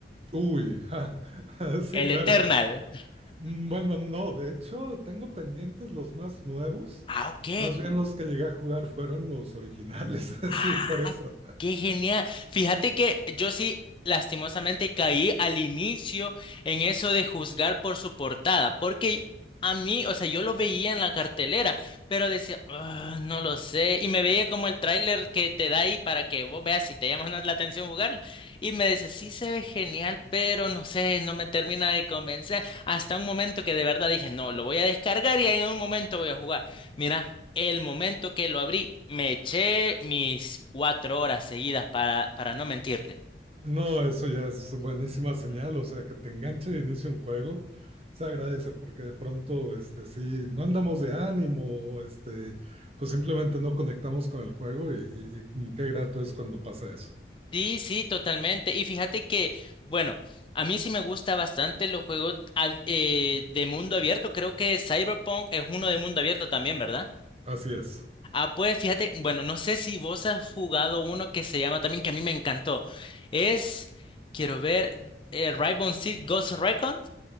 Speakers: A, on the right; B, on the left.
A: Uy, ja, <laughs> sí,
B: el
A: claro.
B: Eternal.
A: Mm, Bueno, no, de hecho tengo pendientes los más nuevos,
B: Ah, ok.
A: más bien los que llegué a jugar fueron los originales, <laughs>
B: Ah,
A: sí, por eso.
B: qué genial. Fíjate que yo sí, lastimosamente, caí al inicio en eso de juzgar por su portada, porque a mí, o sea, yo lo veía en la cartelera, pero decía, "Ah, no lo sé, y me veía como el tráiler que te da ahí para que vos veas si te llama o no la atención jugarlo, y me decía, sí se ve genial, pero no sé, no me termina de convencer, hasta un momento que de verdad dije, no, lo voy a descargar y en un momento voy a jugar. Mira. El momento que lo abrí, me eché mis cuatro horas seguidas para, para no mentirte.
A: No, eso ya es buenísima señal, o sea, que te enganche de inicio un juego, se agradece porque de pronto, este, sí, no andamos de ánimo, o, este, pues simplemente no conectamos con el juego y, y- y mm, qué grato es cuando pasa eso.
B: Sí, sí, totalmente. Y fíjate que, bueno, a mí sí me gusta bastante los juegos ab- eh, de mundo abierto. Creo que Cyberpunk es uno de mundo abierto también, ¿verdad?
A: Así es.
B: Ah, pues fíjate, bueno, no sé si vos has jugado uno que se llama también, que a mí me encantó. Es, quiero ver, eh, Rainbow Six Ghost Recon.